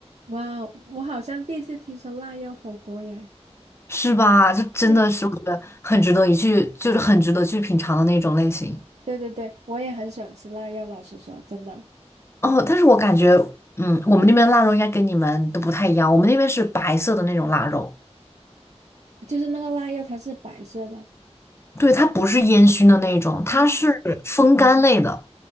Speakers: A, on the right (about 75°); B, on the left (about 25°).
A: 哇，我好像第一次听说腊肉火锅耶。
B: 是吧？就真的是我觉得很值得一去，
A: 对，
B: 就是很值得去品尝的那种类型。
A: 对对对，我也很喜欢吃腊肉，老实说，真的。
B: 哦，但是我感觉，嗯，我们那边腊肉应该跟你们都不太一样。我们那边是白色的那种腊肉，
A: 就是那个腊肉，它是白色的。
B: 对，它不是烟熏的那种，它是风干类的。
A: 哦